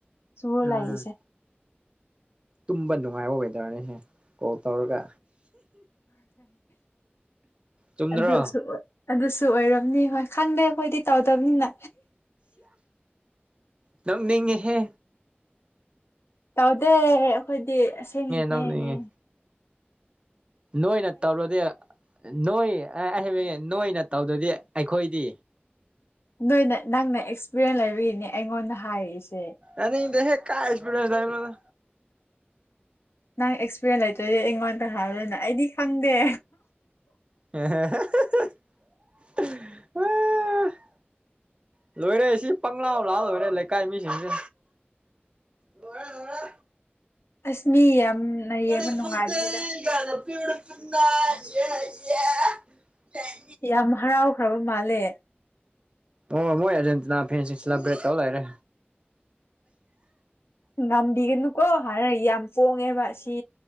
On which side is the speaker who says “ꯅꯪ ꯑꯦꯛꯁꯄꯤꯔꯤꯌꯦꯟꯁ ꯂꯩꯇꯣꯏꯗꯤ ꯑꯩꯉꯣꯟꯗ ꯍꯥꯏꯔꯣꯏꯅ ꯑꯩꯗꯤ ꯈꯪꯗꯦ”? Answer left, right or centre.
Left